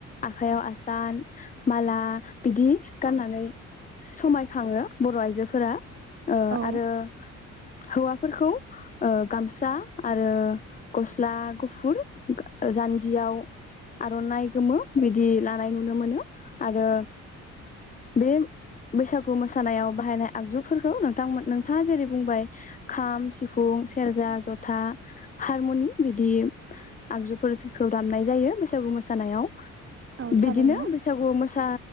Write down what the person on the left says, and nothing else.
आखाइयाव आसान माला बिदि गाननानै समाय खाङो बर आइजोफोरा ओ
आरो हौवाफोरखौ ओ गामसा आरो गस्ला गुफुर जान्जियाव आरनाइ गोमो बिदि लानाय नुनो मोनो आरो बे बैसागु मोसानायाव बाहायनाय आगजुफोरखौ नोंथांमोन नोंथाङा जेरै बुंबाय खाम सिफुं सेरजा जथा हारमनि बिदि आगजुफोरखौ दामनाय जायो बैसागु मोसानायाव
बिदिनो बैसागु मोसा